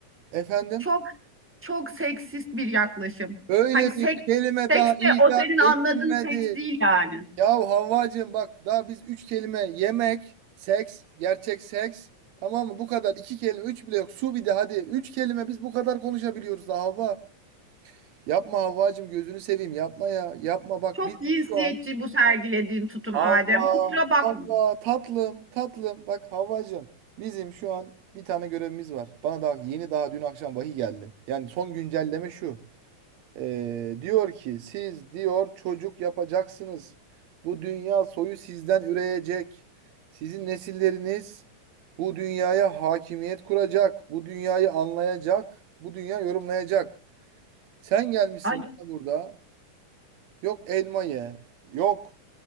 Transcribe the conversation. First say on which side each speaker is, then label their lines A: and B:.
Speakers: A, on the right; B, on the right.
A: Efendim,
B: Çok çok seksist bir yaklaşım.
A: böyle
B: Hani seks,
A: bir kelime
B: seks
A: daha
B: de
A: icat
B: o senin anladığın
A: edilmedi.
B: seks değil yani.
A: Ya Havvacığım bak daha biz üç kelime yemek, seks, gerçek seks. Tamam mı? Bu kadar iki kelime, üç bile yok. Su bir de hadi. Üç kelime biz bu kadar konuşabiliyoruz da Havva. Yapma Havvacığım gözünü seveyim yapma ya. Yapma bak
B: Çok
A: bizim
B: cinsiyetçi
A: şu an.
B: bu sergilediğin tutum
A: Havva,
B: Adem. Kusura bakma.
A: Havva tatlım, tatlım. Bak Havvacığım bizim şu an bir tane görevimiz var. Bana daha yeni daha dün akşam vahiy geldi. Yani son güncelleme şu. Ee, diyor ki siz diyor çocuk yapacaksınız. Bu dünya soyu sizden üreyecek. Sizin nesilleriniz bu dünyaya hakimiyet kuracak. Bu dünyayı anlayacak. Bu dünya yorumlayacak. Sen gelmişsin
B: Ay,
A: bana burada. Yok elma ye. Yok